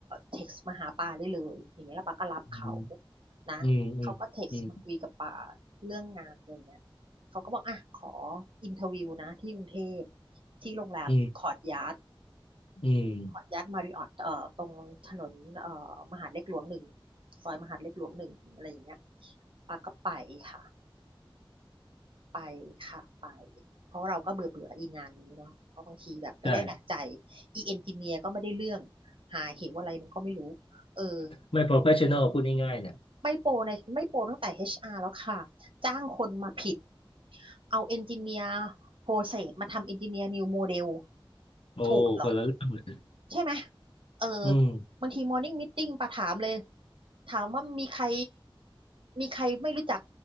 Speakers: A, on the right (about 70°); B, on the left (about 75°).
A: เท็กซ์มาหาปาได้เลยอย่างเงี้ยแล้วปาก็รับเขา
B: อืม
A: นะเขาก็เท็กซ์มาคุยกับปา
B: อืมอืมอืม
A: เรื่องงานอย่างเงี้ยเขาก็บอกอ่ะขออินเทอร์วิวนะที่กรุงเทพที่โรงแรมคอร์ทยาร์ด
B: อืมอืม
A: ขออนุญาตมาริออตเอ่อตรงถนนเอ่อมหาดเล็กหลวงหนึ่งซอยมหาดเล็กหลวงหนึ่งอะไรอย่างเงี้ยปาก็ไปค่ะไปค่ะไปเพราะเราก็เบื่อเบื่ออีงานนี้เนาะเพราะบางทีแบบไม่ได้ดั่งใจ
B: ใช่
A: อีเอนจิเนียร์ก็ไม่ได้เรื่องหาเหวอะไรมันก็ไม่รู้เออ
B: ไม่ professional พูดง่ายๆเนี่ย
A: ไม่โปรในไม่โปรตั้งแต่ HR แล้วค่ะจ้างคนมาผิดเอาเอนจิเนียร์โปรเซสมาทำเอนจิเนียร์นิวโมเดล
B: โอ้คนละเรื่องเลย
A: ถูกเหรอ ใช่ไหมเออ
B: อืม
A: บางทีมอร์นิ่งม e ต i n งปะถามเลย ถามว่ามีใคร มีใครไม่รู้จัก